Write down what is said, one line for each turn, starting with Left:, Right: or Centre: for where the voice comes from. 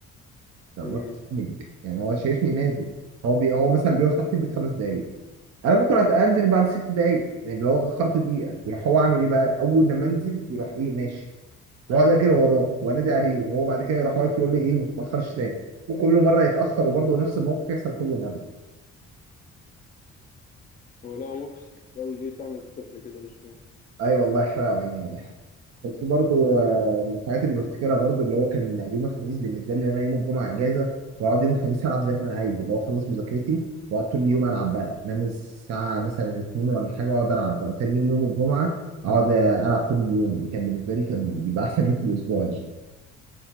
Right: فأنا
Left: امم
Right: ببقى خامج. يعني هو شايفني نازل هو بي... هو مثلا بيقف تحت البيت خمس دقايق انا ممكن أت- انزل بعد ست دقايق يعني لو اخرت دقيقه يروح هو عامل ايه بقى اول لما انزل يروح ايه ماشي واقعد اجري وراه وانادي عليه وهو بعد كده يروح واقف يقول لي ايه ما تتاخرش تاني وكل مره يتاخر وبرضه نفس الموقف يحصل كل مره
Left: هو لا موكس قوي ليه تعمل في طفل كده مش فاهم
Right: اي والله حلو يعني في برضه آه، من الحاجات اللي بفتكرها برضه اللي هو كان يوم الخميس بالنسبه لي إن انا يوم الجمعه اجازه واقعد يوم الخميس العب زي ما انا عايز اللي هو اخلص مذاكرتي واقعد طول اليوم العب بقى انام الساعه مثلا اتنين ولا حاجه واقعد العب بقى وتاني يوم يوم الجمعه اقعد آه، العب طول اليوم دي كان بالنسبه لي كان بيبقى احسن يوم في الاسبوع دي